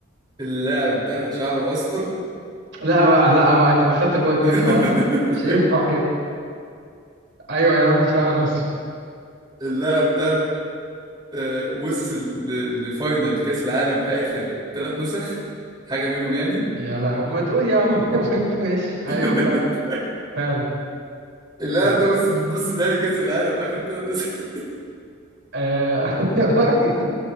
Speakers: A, on the right; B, on the right.
A: اللاعب ده شعره أصفر
B: لا بقى لا بقى انت دخلت جوه دماغي
A: <laughs>
B: وع- مش هينفع كده ايوه يا عم شعر اصفر
A: اللاعب ده آه، وصل ل- لفاينل كأس العالم آخر ثلاث نسخ حاجة منهم يعني
B: يا لهو ما تقول يا عم <laughs> ما تقول ماشي ايوه
A: <laughs>
B: فعلا فعلا
A: اللاعب
B: فعلا
A: ده وصل لنص نهائي كأس العالم آخر ثلاث نسخ <laughs>
B: آه <laughs> يا راجل